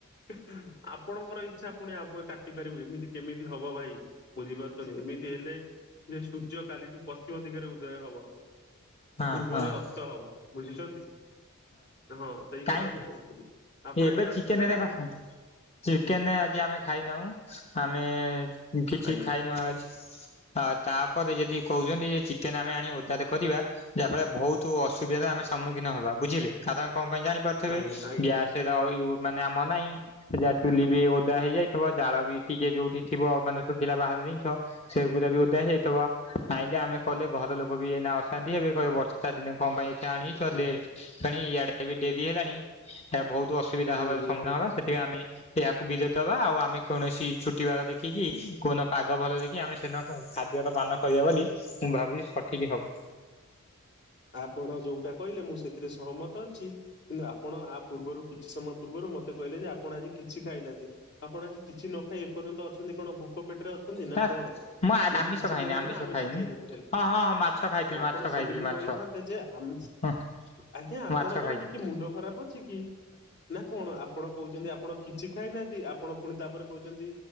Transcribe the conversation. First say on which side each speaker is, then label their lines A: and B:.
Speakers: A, on the left (about 50°); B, on the left (about 30°).
A: <unintelligible> ଆପଣଙ୍କର ଇଚ୍ଛା ଫୁଣି ଆପଣ କାଟି ପାରିବୁ ଏମିତି କେମିତି ହବ ଭାଇ ବୁଝିପାରୁଚନ୍ତି ଏମିତି ହେଲେ ଯେ ସୂର୍ଯ୍ୟ କାଲିଠୁ ପଶ୍ଚିମ ଦିଗରେ ଉଦୟ ହବ।
B: ହଁ
A: ପୂର୍ବରେ
B: ହଁ
A: ଅସ୍ଥ ହବ। ବୁଝୁଛନ୍ତି ହଁ ସେଇ
B: କାଇଁ
A: କଥା ମୁଁ କୋହୁଥିଲି। ଆପଣ
B: ଏବେ
A: ଆଜି ଆମିଷ
B: ଚିକେନ
A: ଖାଇଚନ୍ତି?
B: ହେରିକା ଚିକେନ ଆଜି ଆମେ ଖାଇନାହୁଁ ଆମେ କିଛି
A: ଆଜ୍ଞା
B: ଖାଇନୁ ଆ ଜ ଆଉ ତାପରେ ଯଦି କୋହୁଚନ୍ତି ଚିକେନ୍ ଆମେ ଆଣି ଓଦାରେ କରିବା। ଯାହା ଫଳରେ ବୋହୁତ ଅସୁବିଧା ଆମେ ସମ୍ମୁଖୀନ ହବା ବୁଝିଲେ କାରଣ କଣ ପାଇଁ ଜାଣିପାରୁଥିବେ
A: ଆଜ୍ଞା ଆଜ୍ଞା
B: ଗ୍ୟାସେ <unintelligible> ମାନେ ଆମର ନାହିଁ। ଯା ଚୁଲି ବି ଓଦା ହେଇଯାଇଥିବ ଜାଳବି ଟିକେ ଯୋଉଠି ଥିବ ମାନେ ଶୁଖିଲା ବାହାରେ ଜିନିଷ ସେଗୁଡା ବି ଓଦା ହେଇଯାଇଥିବ ଆଇଁଲେ ଆମେ କଲେ ଘର ଲୋକ ବି ଏଇଁନା ଅଶାନ୍ତି ହେବେ କହିବେ ବ ର୍ଷା ଦିନେ କଣ ପାଇଁ ଏତେ ଆଣିଚ
A: ଉଁ
B: ଲେ ଫେଣି ଇଆଡେ କହିବେ ଡେରି ହେଲାଣି ହେ ବୋହୁ ତ ଅସୁବିଧା
A: ଉଁ
B: ହବା ସମ୍ମଖୀନ ହେବା ସେଥିପାଇଁ ଆମେ ଏହାକୁ ଭିଜେଇଦବା ଆଉ ଆମେ କୌଣସି ଛୁଟି ବାର ଦେଖିକି କୋଉ ଦିନ ପାଗ ଭଲ ଦେଖି କି ଆମେ ସେଦିନ ଖାଦ୍ୟର ପାନ କରିବା ବୋଲି ମୁଁ ଭାବୁଚି ସଠିକ୍ ହବ।
A: ଆପଣ ଯୋଉଟା କହିଲେ ମୁଁ ସେଥିରେ ସହମତ ଅଛି। କିନ୍ତୁ ଆପଣ ଆ ପୂର୍ବରୁ କିଛି ସମୟ ପୂର୍ବରୁ ମତେ କହିଲେ ଯେ ଆପଣ ଆଜି କି କିଛି ଖାଇନାହାନ୍ତି ଆପଣ ଆଜି କିଛି ନଖାଇ ଏପର୍ଯ୍ୟନ୍ତ ଅଛନ୍ତି। କଣ ଭୋକ ପେଟରେ ଅଛନ୍ତି ନା
B: ହେ
A: କଣ?
B: ମୁଁ
A: ନା
B: ଆମିଷ
A: କିଛି
B: ଖାଇନି
A: ଖାଇନାହାନ୍ତି ନା ଆମିଷ
B: ଖାଇନି।
A: ଖାଇନାହାନ୍ତି ଖାଲି
B: ହଁ ହଁ ହଁ ମାଛ ଖାଇଥିଲି
A: ଆପଣ
B: ମାଛ
A: ସେମିତି
B: ଖାଇଥିଲି ମାଛ
A: କହିଥାନ୍ତେ ଯେ ଆମି
B: ହଁ
A: ଆଜ୍ଞା ଆପଣଙ୍କର
B: ମାଛ ଖାଇଛି।
A: ଟିକେ ମୁଣ୍ଡ ଖରାପ ଅଛି କି ନା କଣ ଆପଣ କୋହୁଚନ୍ତି ଆପଣ କିଛି ଖାଇନାହାନ୍ତି ଆପଣ ପୁଣି ତାପରେ କୋହୁଚନ୍ତି